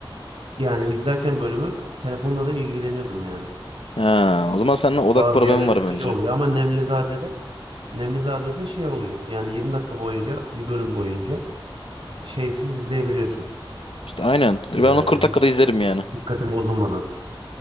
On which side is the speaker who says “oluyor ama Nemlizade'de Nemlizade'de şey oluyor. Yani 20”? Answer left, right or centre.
Right